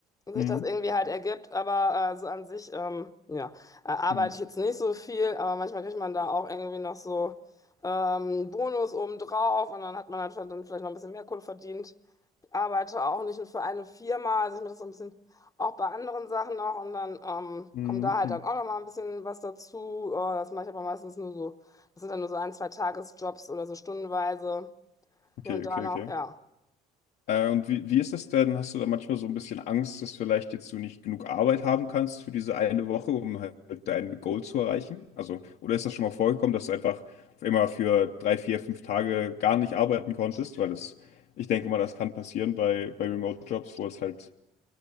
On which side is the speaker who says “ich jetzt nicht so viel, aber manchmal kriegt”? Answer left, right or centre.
Left